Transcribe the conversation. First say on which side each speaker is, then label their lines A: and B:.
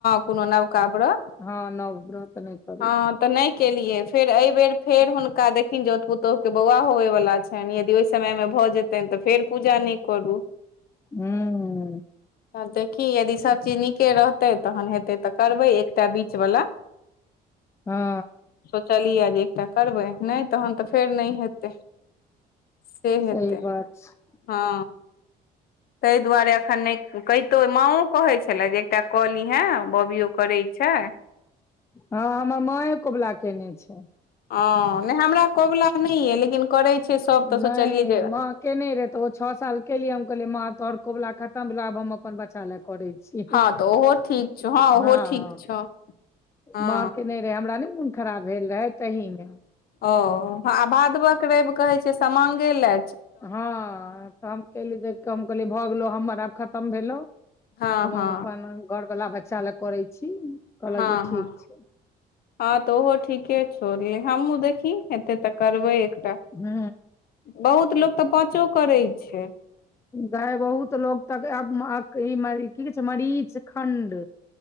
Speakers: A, on the left (about 60°); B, on the left (about 15°).
A: कुनो नबका व्रत
B: हँ नव व्रत नहि करै
A: हँ
B: छै।
A: तऽ नहि केलिये फेर अहि बेर फेर हुनका देखिन जौत पुतोहु के बौआ होवे बला छै ते नैया यदि ओहि समयमे भऽ जेतनि तऽ फेर पूजा नय करू
B: हू
A: आब देखी यदि सब चीज नीके रहतै तहन हेतै तऽ करबै एकटा बीच वला
B: हँ
A: सोचलियै जे एकटा करबै नहि तहन तऽ फेर नहि हेतै से हेतै
B: सही बात छै
A: हँ तहि दुआरे एखन नहि कहितो माओ कहे छले जे एकटा कहलिहे बबियो करै छै।
B: हँ हमर माँए कोबला केने छै।
A: ह नहि हमरा कोबला नहि यए लेकिन करै छै सब तऽ
B: नहि
A: सोचलियै जे
B: माँ केने रहे ते ओ छः साल केलियै हम कहले माँ तोहर कोबला खत्म भेलो आब हम अपन बच्चा लै करै छि
A: हँ तऽ ओहो ठीक छौ
B: हँ
A: ओहो ठीक छौ हँ
B: माँ केने रहे हमरा नहि मोन खराब भेल रहै तहीमे
A: ओ आ भादवक रैब कहै छै समांगे ले
B: हँ तऽ हम केली जे हम कहलिये भऽ गेलो हमर आब खतम भेलो
A: हँ
B: आब हम
A: हँ
B: अपन घरवला बच्चा लै करै छी कहलक
A: हँ
B: जे ठीक
A: हँ
B: छै
A: हँ तऽ ओहो ठीके छौ अभी हमहुँ देखी हेते तऽ करबै एकटा
B: हू
A: बहुत लोक तऽ पाँचो करै छै।
B: गए बहुत लोग तक आब म मका ई की कहै छै मरीच खंड